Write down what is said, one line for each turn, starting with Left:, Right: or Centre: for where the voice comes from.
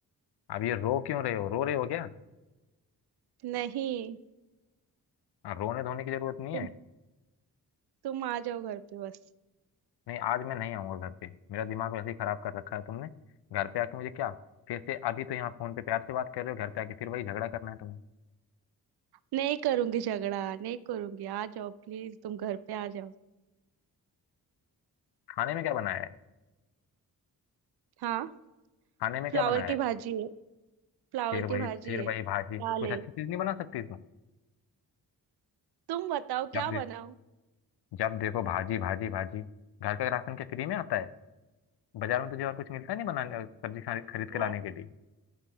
Left: आप ये रो क्यों रहे हो रो रहे हो क्या
Right: नहीं
Left: हाँ, रोने धोने की जरूरत नहीं
Right: तुम
Left: है
Right: तुम आ जाओ घर पे बस
Left: नहीं आज मैं नहीं आऊंगा घर पे मेरा दिमाग वैसे ही खराब कर रखा है तुमने घर पे आके मुझे क्या फिर से अभी तो यहाँ फोन पे प्यार से बात कर रहे हो घर पे आके फिर वही झगड़ा करना है तुम्हें
Right: नहीं करूंगी झगड़ा नहीं करूंगी आ जाओ प्लीज तुम घर पे आ जाओ
Left: खाने में क्या बनाया है
Right: हाँ
Left: खाने में
Right: फ्लावर
Left: क्या बनाया
Right: की
Left: है
Right: भाजी है फ्लावर
Left: फिर वही
Right: की भाजी
Left: फिर
Right: है
Left: वही भाजी
Right: दाल
Left: कुछ
Right: है
Left: अच्छी चीज नहीं बना सकती तुम
Right: तुम बताओ क्या
Left: जब दे,
Right: बनाऊं
Left: जब देखो भाजी भाजी भाजी घर का राशन क्या फ्री में आता है बाजार में तुझे और कुछ मिलता नहीं बनाने सब्जी खा- खरीद के
Right: हाँ
Left: लाने के लिए